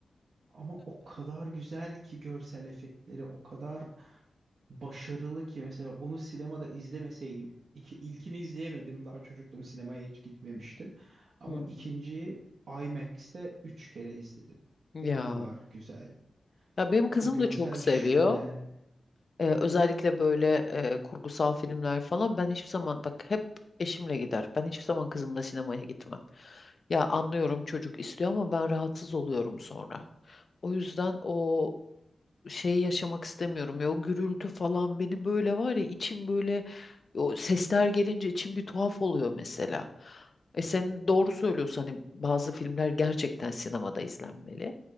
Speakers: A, on the right (about 80°); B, on the left (about 55°).
A: ama o kadar güzel ki görsel efektleri o kadar başarılı ki mesela onu sinemada izlemeseydim iki, ilkini izleyemedim daha çocuktum sinemaya hiç gitmemiştim ama
B: Hı.
A: ikinciyi IMAX'te üç kere izledim.
B: Ya.
A: O kadar güzel.
B: Ya benim kızım
A: O görsel
B: da çok seviyor.
A: şölen.
B: Ee, özellikle böyle e, kurgusal filmler falan. Ben hiçbir zaman bak hep eşimle gider. Ben hiçbir zaman kızımla sinemaya gitmem. Ya anlıyorum çocuk istiyor ama ben rahatsız oluyorum sonra. O yüzden o şeyi yaşamak istemiyorum ya o gürültü falan beni böyle var ya içim böyle o sesler gelince içim bir tuhaf oluyor mesela. E sen doğru söylüyorsun hani bazı filmler gerçekten sinemada izlenmeli.